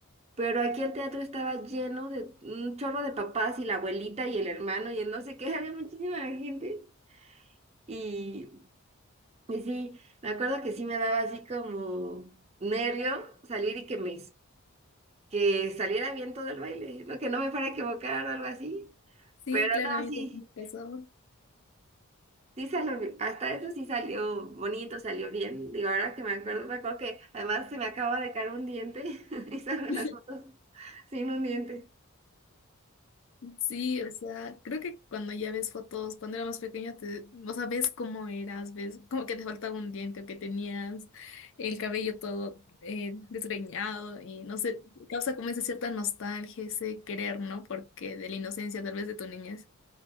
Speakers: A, on the right; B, on the left.
A: Pero aquí el teatro estaba lleno de un chorro de papás y la abuelita y el hermano y el no sé qué, <laughs> había muchísima gente. Y y sí, me acuerdo que sí me daba así como nervio salir y que me que saliera bien todo el baile, ¿no? Que no me fuera a equivocar o algo así.
B: Sí,
A: Pero
B: claro,
A: no,
B: a mí
A: sí,
B: también me pasaba.
A: sí salió, bi- hasta eso sí salió bonito, salió bien. Digo, ahora que me acuerdo, me acuerdo que además se me acaba de caer un diente <laughs> y salgo en
B: <laughs>
A: las fotos sin un diente.
B: Sí, o sea, creo que cuando ya ves fotos, cuando era más pequeña, te, o sea, ves cómo eras, ves como que te faltaba un diente o que tenías el cabello todo eh, desgreñado y no sé, causa como esa cierta nostalgia, ese querer, ¿no? Porque de la inocencia tal vez de tu niñez.